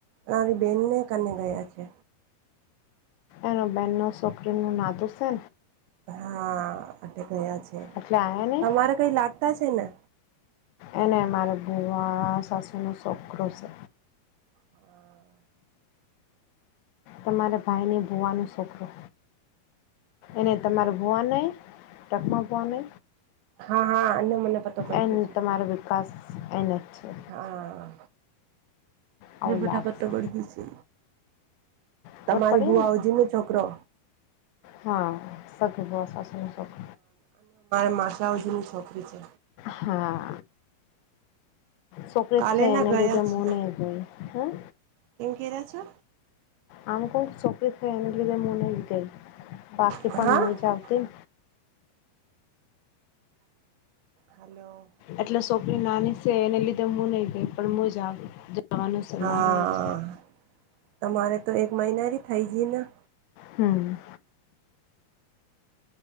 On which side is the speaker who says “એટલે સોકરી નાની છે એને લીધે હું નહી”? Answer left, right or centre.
Left